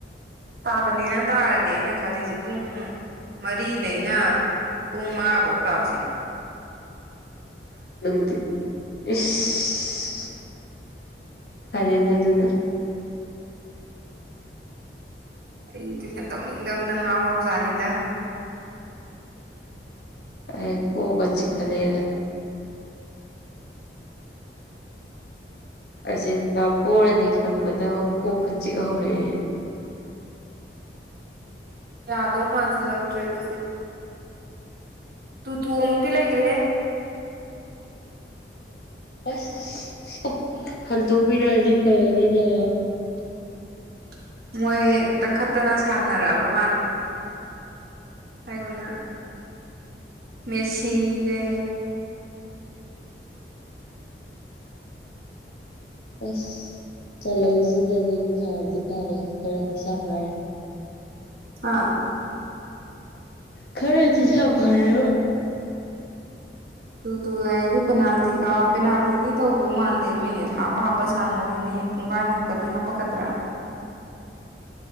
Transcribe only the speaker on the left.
ꯅꯨꯡꯗꯤ ꯏꯁ ꯐꯔꯦꯅꯦ ꯑꯗꯨꯅ
ꯑꯩ ꯀꯣꯛꯀ ꯆꯤꯛꯈꯠꯂꯛꯑꯦꯗ ꯑꯥꯔꯖꯦꯟꯇꯤꯅꯥ ꯄꯣꯔꯅꯤ ꯈꯟꯕꯗ ꯑꯃꯨꯛ ꯀꯣꯛꯀ ꯆꯤꯛ ꯍꯧꯔꯛꯑꯦ
ꯑꯁ <unintelligible> ꯍꯟꯗꯣꯛꯄꯤꯔꯛꯑꯗꯤ ꯐꯅꯤꯗ
ꯑꯁ ꯆꯜꯂꯛꯏꯁꯤꯗꯗꯤ ꯐꯔꯗꯤ ꯐꯔꯦ ꯈꯔꯗꯤ ꯁꯥꯥ ꯐꯔꯦ
ꯈꯔꯗꯤ ꯁꯥꯐꯔꯦꯕ